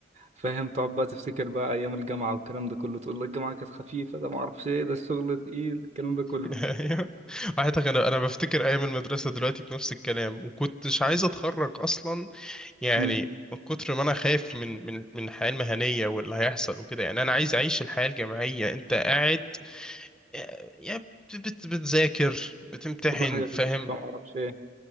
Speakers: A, on the right; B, in the centre.
A: وفاهم تقعد بقى تفتكر بقى ايام الجامعة والكلام ده كله تقول لك الجامعة كانت خفيفة ده معرفش ايه ده الشغل تقيل الكلام ده كله
B: ايوه على فكرة انا انا بفتكر ايام المدرسه دلوقتي بنفس الكلام وكنتش عايز اتخرج اصلا يعني
A: مم.
B: من كتر ما انا خايف من من من الحياه المهنيه واللي هيحصل وكده يعني انا عايز اعيش الحياه الجامعيه انت قاعد آه، يعني بت- بت- بتذاكر بتمتحن
A: كل حاجة
B: فاهم
A: خفيفة معرفش ايه